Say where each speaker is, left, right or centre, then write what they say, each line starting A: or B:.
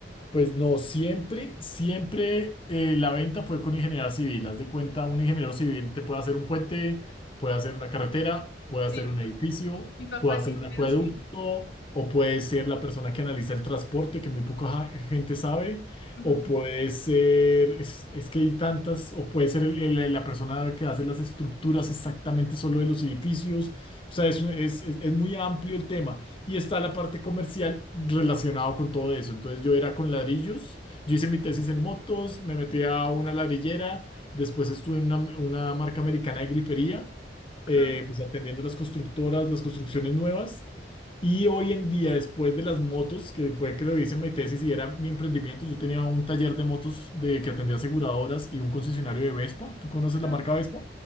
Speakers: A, on the left; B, on the left.
A: Pues no, siempre, siempre eh, la venta fue con ingeniería civil. Haz de cuenta, un ingeniero civil te puede hacer un puente, puede hacer una carretera, puede
B: Sí,
A: hacer
B: mi,
A: un
B: pa-
A: edificio,
B: mi papá
A: puede
B: es
A: hacer
B: ingeniero
A: un acueducto,
B: civil.
A: o puede ser la persona que analiza el transporte, que muy poca ja- gente sabe,
B: Ujú,
A: o puede ser, es, es que hay tantas, o puede ser el- el- la persona que hace las estructuras exactamente solo de los edificios. O sea, es, un- es es- es muy amplio el tema. Y está la parte comercial relacionado con todo eso. Entonces yo era con ladrillos, yo hice mi
B: sí.
A: tesis en motos, me metí a una ladrillera, después estuve en una, una marca americana de grifería,
B: Ajá,
A: eh, pues atendiendo las constructoras, las construcciones nuevas. Y hoy en día, después de las motos, que fue que lo hice en mi tesis y era mi emprendimiento, yo tenía un taller de motos de, que atendía aseguradoras y un concesionario de Vespa. ¿Tú conoces
B: ajá.
A: la marca Vespa?